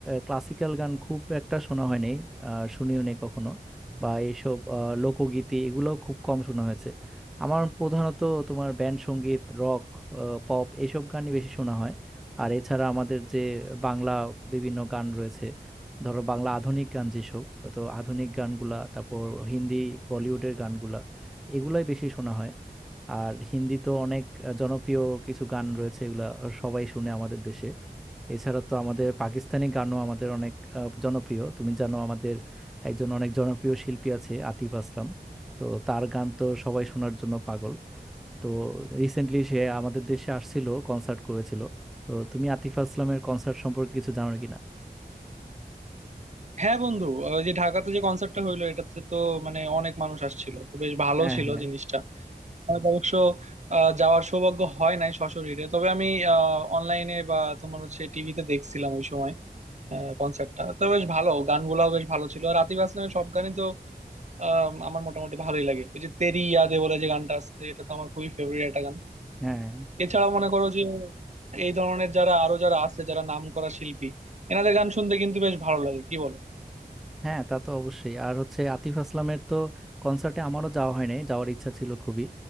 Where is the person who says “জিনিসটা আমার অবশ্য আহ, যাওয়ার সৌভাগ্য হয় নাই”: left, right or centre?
Right